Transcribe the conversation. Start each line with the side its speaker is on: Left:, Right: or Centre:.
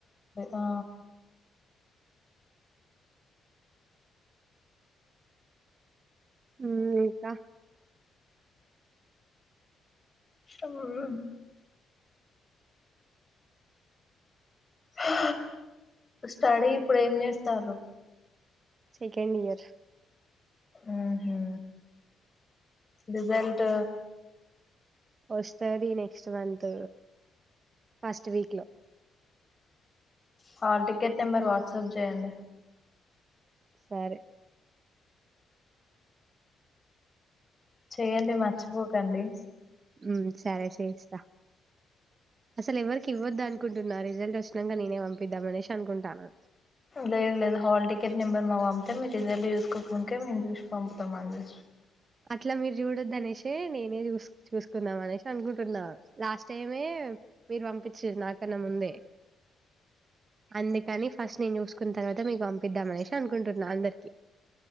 Left: అ ఆ
Right: ఉమ్ ఇంకా
Left: ష్టం ఆ హా స్టడీ ఇప్పుడు ఏం చేస్తారు
Right: సెకండ్ ఇయర్
Left: ఉహూ రిజల్ట్
Right: వస్తాది నెక్స్ట్ మంత్ ఫస్ట్ వీక్ లో
Left: హాల్ టికెట్ నెంబర్ వాట్సాప్ చేయండి
Right: సరే
Left: చేయండి మర్చిపోకండి
Right: ఉమ్ సరే చేస్తా అసలు ఎవరికి ఇవ్వద్ద అనుకుంటున్నా రిజల్ట్ వచ్చినాక నేనే పంపిద్దామ అనేసి అనుకుంటానా
Left: లేదు లేదు హాల్ టికెట్ నెంబర్ మాకు పంపితే మీరు రిజల్ట్ చూసుకోక ముందుకే మేము చూసి పంపుతాం అందు
Right: అట్లా మీరు చూడొద్దు అనేసే నేనే చూ చూసుకుందాం అనేసి అనుకుంటున్నా లాస్ట్ టైమే మీరు పంపిచ్చిరు నాకన్నా ముందే అందుకని ఫస్ట్ నేను చూసుకున్న తర్వాత మీకు పంపిద్దాం అనేసి అనుకుంటున్నా అందరికి <inaudible>